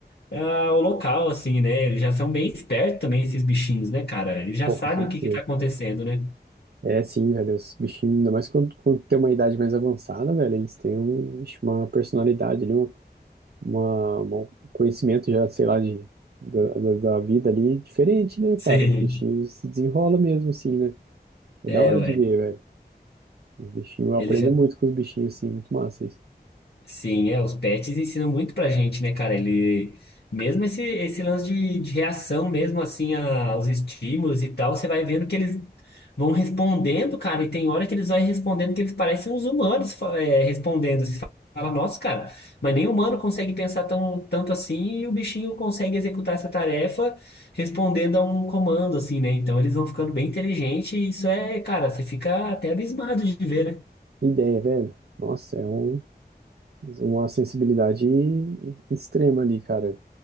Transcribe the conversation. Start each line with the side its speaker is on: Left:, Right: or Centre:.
Left: ah, ao local, assim, né? Eles já são bem espertos também, esses bichinhos, né, cara? Eles já
Right: pouco
Left: sabem
Right: de certeza.
Left: o que que tá acontecendo, né?
Right: É, sim, velho, os bichinhos, ainda mais quando, quando tem uma idade mais avançada, velho, eles têm um, ixi, uma personalidade ali, um, uma, um conhecimento já, sei lá, de, da, da, da vida ali diferente, né,
Left: Sim,
Right: cara? Os bichinhos se desenrolam mesmo, assim, né? É
Left: é,
Right: da hora
Left: ué.
Right: de ver, velho. Os bichinhos, eu
Left: Ele
Right: aprendo
Left: já.
Right: muito com os bichinhos, assim, muito massa isso.
Left: Sim, é, os pets ensinam muito pra gente, né, cara? Ele. Mesmo esse, esse lance de, de reação, mesmo assim, a- aos estímulos e tal, você vai vendo que eles vão respondendo, cara, e tem hora que eles vão respondendo que eles parecem uns humanos, fa- é, respondendo. Você fala, nossa, cara, mas nem humano consegue pensar tão, tanto assim, e o bichinho consegue executar essa tarefa respondendo a um comando, assim, né? Então eles vão ficando bem inteligentes, e isso é, cara, você fica até abismado de ver, né?
Right: Ideia, velho. Nossa, é um, uma sensibilidade extrema ali, cara.